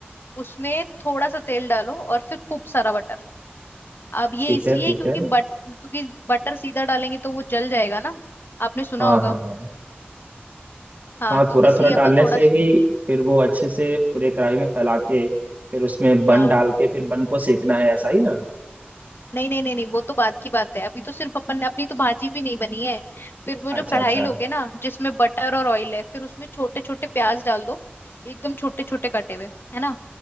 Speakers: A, on the left; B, on the right.
A: उसमें थोड़ा सा तेल डालो और फिर खूब सारा बटर अब ये
B: ठीक
A: इसलिए
B: है ठीक
A: क्योंकि
B: है
A: बट क्योंकि बटर सीधा डालेंगे तो वो जल जाएगा ना आपने सुना
B: हाँ
A: होगा
B: हाँ हाँ
A: हाँ
B: हाँ
A: तो
B: थोड़ा
A: इसलिए
B: थोड़ा डालने
A: अपन थोड़ा
B: से
A: सा
B: ही फिर वो अच्छे से पूरे कढ़ाई में फैला के फिर उसमें बन
A: हाँ
B: डाल के फिर बन को सेकना है ऐसा ही ना
A: नहीं नहीं नहीं नहीं वो तो बात की बात है अभी तो सिर्फ अपन ने अपनी तो भाजी भी नहीं बनी है फिर वो
B: अच्छा
A: जो कढ़ाई
B: अच्छा
A: लोगे ना जिसमें बटर और ऑयल है फिर उसमें छोटे छोटे प्याज डाल दो एकदम छोटे छोटे कटे हुए है ना